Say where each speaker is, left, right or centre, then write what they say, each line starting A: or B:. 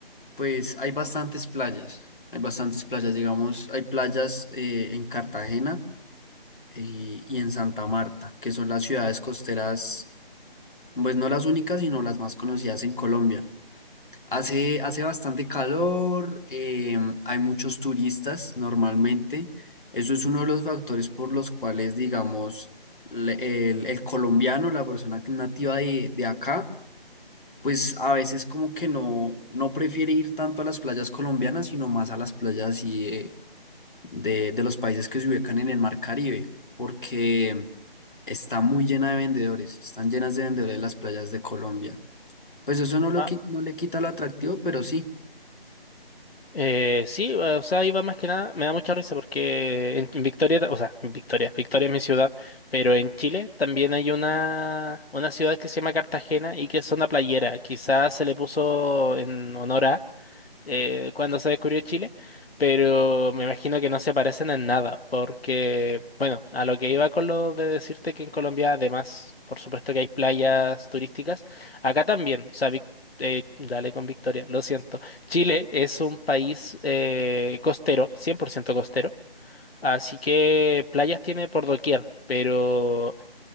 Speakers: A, on the left (about 55°); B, on the left (about 75°).
A: pues hay bastantes playas, hay bastantes playas, digamos, hay playas eh, en Cartagena y, y en Santa Marta, que son las ciudades costeras, pues no las únicas, sino las más conocidas en Colombia. Hace, hace bastante calor, eh, hay muchos turistas normalmente. Eso es uno de los factores por los cuales, digamos, le- el, el colombiano, la persona que es nativa de, de acá, pues a veces como que no, no prefiere ir tanto a las playas colombianas, sino más a las playas y, eh, de, de los países que se ubican en el mar Caribe, porque está muy llena de vendedores, están llenas de vendedores las playas de Colombia. Pues eso no, lo,
B: Ah,
A: qui- no le quita lo atractivo, pero sí.
B: eh, sí, o sea, iba más que nada, me da mucha risa porque en en Victoria, o sea, en Victoria, Victoria es mi ciudad, pero en Chile también hay una, una ciudad que se llama Cartagena y que es una playera, quizás se le puso en honor a eh, cuando se descubrió Chile, pero me imagino que no se parecen en nada, porque, bueno, a lo que iba con lo de decirte que en Colombia, además, por supuesto que hay playas turísticas, acá también, o sea, Vic- eh, dale con Victoria, lo siento. Chile es un país eh, costero, 100% costero, así que playas tiene por doquier. Pero